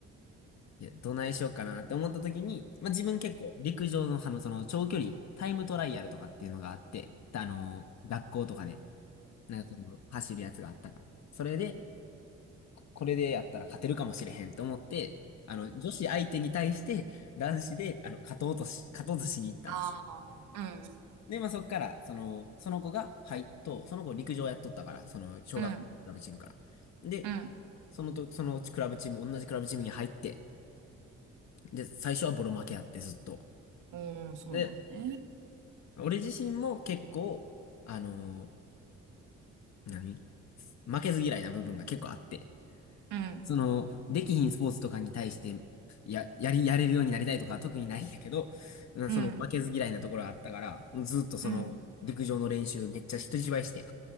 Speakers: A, on the left; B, on the right.
A: いや、どないしようかなって思った時に、まあ、自分結構、陸上の、あの、その、長距離、タイムトライアルとかっていうのがあって、あのー学校とかで、なんかその、走るやつがあったから。それで、これでやったら勝てるかもしれへんと思って、あの、女子相手に対して男子で、あの、勝とうとし、勝とうとしに行ったの。
B: ああ、うん
A: で、まあ、そっから、その、その子が入っと、その子陸上やっとったから、その、小学校のクラブチームか
B: うん、
A: ら。で、
B: うん、
A: そのと、そのうちクラブチーム、同じクラブチームに入って、で、最初はボロ負けあって、ずっと。
B: おー、そうなんやね。
A: で、俺自身も結構、あのー何負けず嫌いな部分が結構あって。
B: うん、
A: その、できひんスポーツとかに対して、や、やり、やれるようになりたいとかは特にないんやけど、うんその負けず嫌いなところはあったから、
B: うん、
A: もうずっとその、
B: うん、
A: 陸上の練習めっちゃ人一倍して。